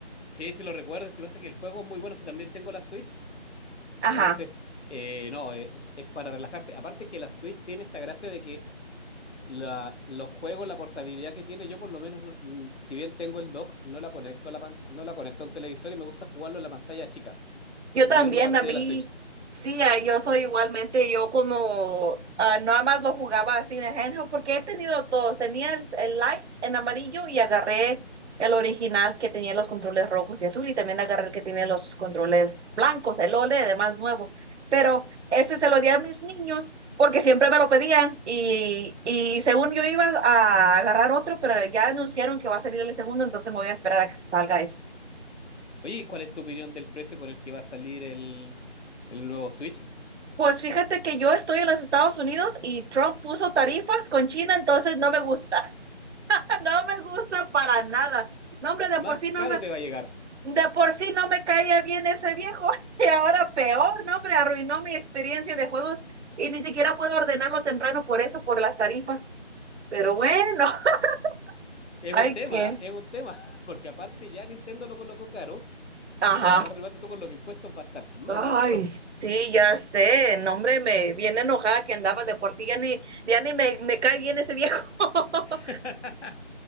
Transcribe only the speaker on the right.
Ajá.
Yo
también,
a mí,
sí, a- yo soy igualmente, yo como ah, nada más lo jugaba así en el handheld, porque he tenido todos, tenía el, el light en amarillo y agarré el original que tenía los controles rojos y azul y también agarré el que tiene los controles blancos, el OLED, más nuevo, pero ese se lo di a mis niños porque siempre me lo pedían y, y según yo iba a agarrar otro, pero ya anunciaron que va a salir el segundo, entonces me voy a esperar a que salga ese.
Pues fíjate que yo estoy en los Estados Unidos y Trump puso tarifas con China, entonces no me gusta, <laughs> no me gusta para nada. No, hombre, de
por sí no
me,
de por sí no me caía bien ese viejo <laughs> y ahora peor, no, hombre, arruinó mi experiencia de juegos y ni siquiera puedo ordenarlo temprano por eso, por las tarifas. Pero bueno, <laughs>
hay
que,
ajá.
Ay,
sí, ya sé, no, hombre, me viene enojada que andaba de por sí, ya ni, ya ni me, me cae bien ese viejo. <laughs>